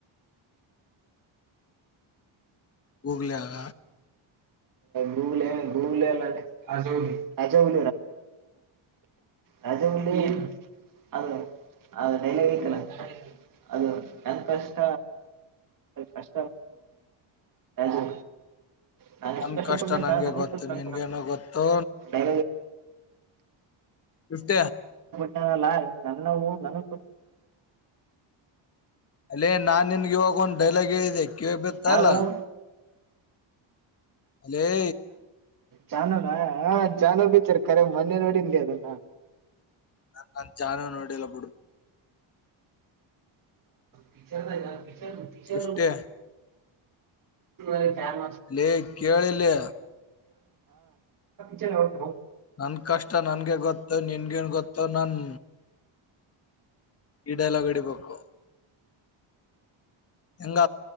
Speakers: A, on the left (about 30°); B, on the right (about 40°).
A: ಹೂೋಗಲಾಗ
B: ಗು ಗುಲ್ಲ ರಾಜ ರಾಜಾ ಉ ರಜಲ್ಲಿ ಅದು ಅದು ಡೈಲ ವಕಲ್ಲ ಅದು ನನ್ ಕಷ್ಟ ಕಷ್ಟ ಹದು ನಾ ಎಷ್ಟು
A: ನನ್
B: ಕಷ್ಟ ಪಡ್ ನ
A: ನನ್ಗೆ ಗೊತ್ತು ನಿನ್ಗೇನೋ ಗೊತ್ತು
B: ಡೈ
A: ಇಫತ
B: ನ್ನೂ ನನಕ
A: ಅಲ್ಲೇ ನಾನ್ ನಿನ್ಗೆ ಇವಾಗ ಒಂದ್ ಡೈಲಾಗ್ ಹೇಳಿದೆ ಕಿವ ಬಿತ್ತ
B: ಯಾವ್ದೊಳಗ
A: ಅಲ್ಲ ಅಲೇ
B: ಜಾನುನಾ ಹ ಜಾನು ಬಿೀಚರ್ ಕರೆ ಮೊನ್ನೆ ನೋಡಿನ್ಿ ಅದನ್ನ
A: ನ ನನ್ ಜಾನ ನೋಡಿಲ್ಲ ಬಿಡ
B: ಪಿಚರ್ ಪಿ ಪ
A: ಫಿಫ್ಟಿ
B: ನ
A: ಅಲೇ ಕೇಳಿಲ್ಲಿ
B: ಚಟ ಪ
A: ನನ್ ಕಷ್ಟ ನನ್ಗೆ ಗೊತ್ತೋ ನಿನ್ಗೇನ್ ಗೊತ್ತೋ ನನ್ ಈ ಡೈಲಾಗ್ ಇಡಿಬೇಕು ಹೆಂಗ